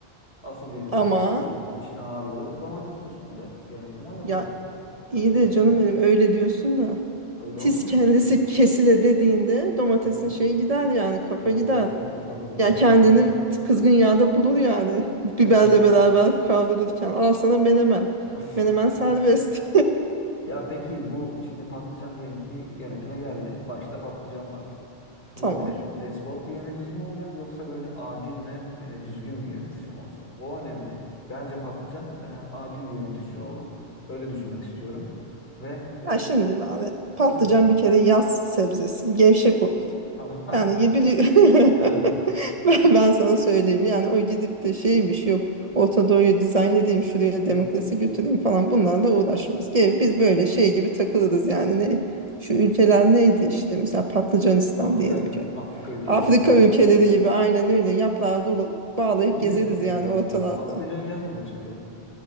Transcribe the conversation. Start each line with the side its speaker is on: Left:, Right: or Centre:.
Left: asıl yönetimi
Right: ama
Left: şey yapacak. İşin ağırlığı domatesin üstünde. Yönetim o yapacak.
Right: ya İyi
Left: ve
Right: de canım benim öyle diyorsun da.
Left: Öyle
Right: Tiz
Left: olmayacak
Right: kellesi
Left: mı?
Right: <laughs> kesile dediğinde domatesin
Left: Aha.
Right: şeyi gider yani kafa
Left: E,
Right: gider.
Left: tabii tabii gider.
Right: Ya kendini
Left: <laughs>
Right: kızgın yağda bulur yani. Biberle
Left: Evet.
Right: beraber kavrulurken. Al sana menemen.
Left: <laughs>
Right: Menemen serbest.
Left: Ya peki bu şimdi patlıcan diyelim ki yönetime geldi. Başta patlıcan var. Bu
Right: <laughs> Tamam.
Left: de, despot bir yönetici mi olacak yoksa böyle adil ve e, düzgün bir yönetici mi olacak? O önemli. Bence patlıcan e, adil bir yönetici olur. Öyle düşünmek istiyorum. Ve
Right: Ya şimdi abi patlıcan
Left: hı,
Right: bir kere yaz sebzesi. Gevşek olur.
Left: tamam.
Right: Yani bir <laughs>
Left: <laughs> Evet.
Right: ben, ben sana söyleyeyim yani o gidip de şeymiş yok Orta Doğu'yu dizayn edeyim şuraya
Left: Hı.
Right: demokrasi götüreyim falan bunlarla uğraşmaz. Gel biz böyle şey gibi takılırız yani ne şu ülkeler neydi işte mesela Patlıcanistan
Left: Afrika
Right: diyelim
Left: ül-
Right: ki.
Left: Afrika ülkeleri
Right: Afrika
Left: falan mı?
Right: ülkeleri gibi aynen öyle yaprağı dolu bağlayıp
Left: Şimdi
Right: gezeriz
Left: e,
Right: yani ortalarda.
Left: patlıcan yazın mı çıkıyor?